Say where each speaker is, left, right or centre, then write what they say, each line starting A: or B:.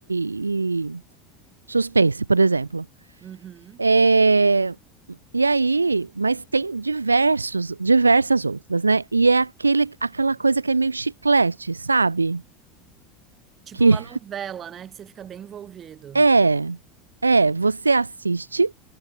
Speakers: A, on the right; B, on the right.
A: e- e suspense, por exemplo.
B: Uhum.
A: É, E aí, mas tem diversos, diversas outras, né? E é aquele, aquela coisa que é meio chiclete, sabe?
B: Tipo
A: Que
B: uma novela, né? Que você fica bem envolvido.
A: <laughs> é, é, você assiste,